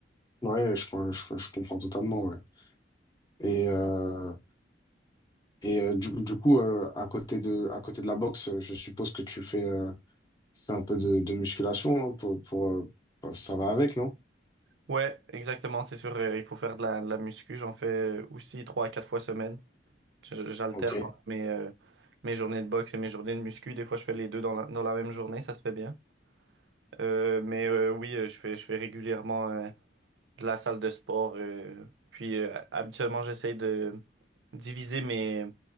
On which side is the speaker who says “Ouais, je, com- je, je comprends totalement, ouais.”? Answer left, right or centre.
Left